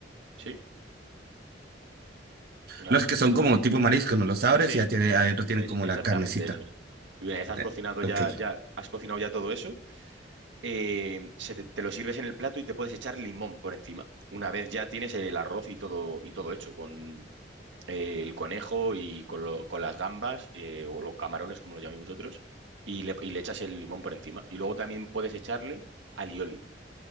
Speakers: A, on the right; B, on the right.
A: ¿sí? Una,
B: los que son como tipo marisco, ¿no? Los abres
A: sí,
B: y ya tiene, adentro tienen
A: es
B: como
A: exactamente
B: la carnecita.
A: eso. Y una vez has
B: Eh,
A: cocinado
B: ok.
A: ya, ya, has cocinado ya todo eso, eh, se te, te lo sirves en el plato y te puedes echar limón por encima. Una vez ya tienes el arroz y todo, y todo hecho, con eh, el conejo y con, lo- con las gambas, eh, o los camarones, como lo llaméis vosotros, y le, y le echas el limón por encima. Y luego también puedes echarle alioli,